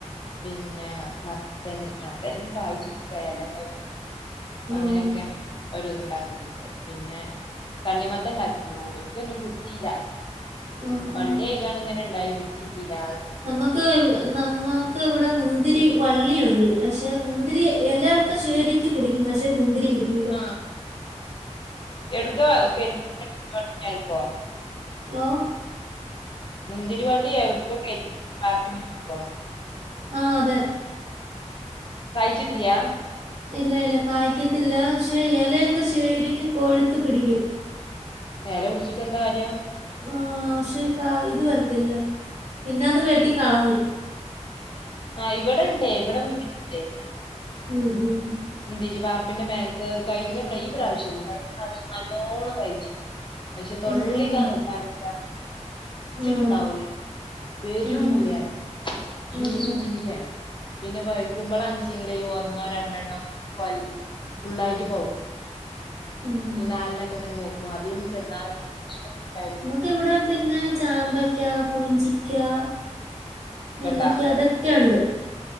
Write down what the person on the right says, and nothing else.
ആഹ്
ആഹ് ആ
നമുക്ക് നമ്മ നമ്മക്ക് ഇവിടെ മുന്തിരി വള്ളിയുണ്ട് പക്ഷേ മുന്തിരി ഇല ഒക്കെ ശരിക്കും പിടിക്കും പക്ഷേ മുന്തിരി പിടിക്കും
ഹലോ
ആ അതെ
ഇല്ല ഇല്ല കായ്ക്കത്തില്ല പക്ഷെ ഇലയൊക്കെ ശരിക്കും കോഴുത്ത് പിടിക്കും.
ആ പക്ഷേ ഇത് വരത്തില്ല പിന്നെ അത് വെട്ടി കളഞ്ഞ്
ഉം ഉം
ഉം ഉം.
ഉം.
ഉം.
ഉം.
ഉം.
നമക്ക് ഇവിടെ പിന്നെ ചാമ്പയ്ക്കാ പുളിഞ്ചിക്കാ
നെല്ലിക്കാ അതൊ ക്കെ ഒണ്ട്